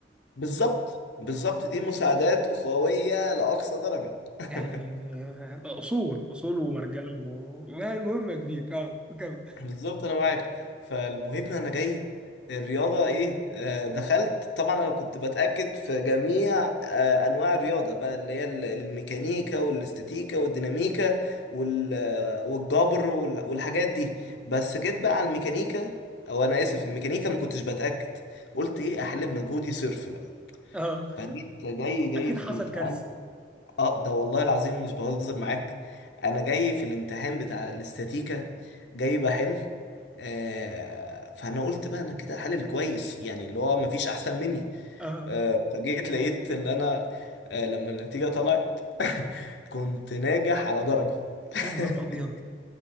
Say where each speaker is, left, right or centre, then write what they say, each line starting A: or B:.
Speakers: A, on the left; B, in the centre.
A: بالظبط بالظبط دي مساعدات اخويه لاقصى درجه <laughs>
B: يعني آه، اصول اصول ومرجله و... ما المهم يا كبير اه كمل
A: بالظبط انا معاك فالمهم انا جاي الرياضه ايه آه، دخلت طبعا انا كنت بتاكد في جميع آه، انواع الرياضه بقى اللي هي ال- الميكانيكا والاستاتيكا والديناميكا وال- آه، والجبر وال- والحاجات دي بس جيت بقى على الميكانيكا او انا اسف الميكانيكا ما كنتش بتاكد قلت ايه احل بمجهودي صرف بقى
B: اه
A: فجيت جاي جاي
B: اكيد
A: في
B: حصل
A: الامتحان
B: كارثه
A: اه ده والله العظيم مش بهزر معاك انا جاي في الامتحان بتاع الاستاتيكا جاي بحل آه فانا قلت بقى انا كده حلل كويس يعني اللي هو مفيش احسن مني
B: اه
A: آه فجيت لقيت اللي انا آه لما النتيجة طلعت <laughs> كنت ناجح على درجة <laughs>
B: يا نهار ابيض